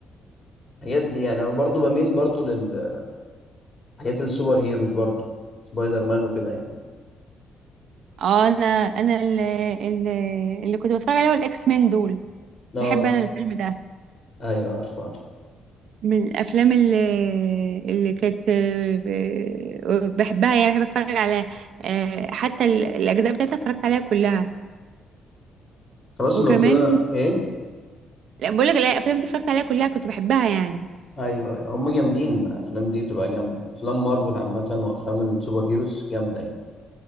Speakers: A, on the left (about 30°); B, on the right (about 70°).
A: الحاجات دي يعني انا برضو بميل برضو للحاجات السوبر هيروز برضو سبايدر مان وكده يعني
B: اه انا انا اللي, اللي, اللي كنت بتفرج عليه هو الاكس مان دول
A: اه
B: بحب انا الفيلم ده
A: ايوه عارف عارف
B: من الافلام اللي اللي كانت آه، بحبها يعني بحب اتفرج على آه، حتى ال- الاجزاء بتاعتها اتفرجت عليها كلها
A: خلاص
B: وكمان
A: لو كده ايه
B: لا بقول لك الافلام اللي اتفرجت عليها كلها كنت بحبها يعني
A: ايوه ايوه هم جامدين الافلام دي بتبقى جامده افلام مارفل عامه وافلام السوبر هيروز جامده يعني